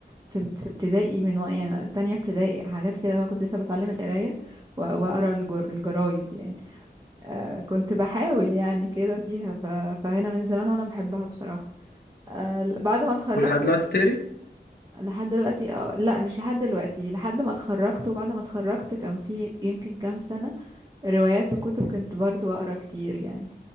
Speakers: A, on the right; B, on the left.
A: في, في ابتدائي من وقت يعني تانية ابتدائي حاجات كده لو كنت لسه بتعلم القرايه و... واقرا الجر... الجرايد يعني آه كنت بحاول يعني كده فيها ف... فهنا من زمان وانا بحبها بصراحه آه بعد ما اتخرجت
B: ولحد دلوقتي
A: كده
B: بتقري
A: لحد دلوقتي اه لا مش لحد دلوقتي لحد ما اتخرجت وبعد ما اتخرجت كان في يمكن كام سنه روايات وكتب كنت برضو اقرا كتير يعني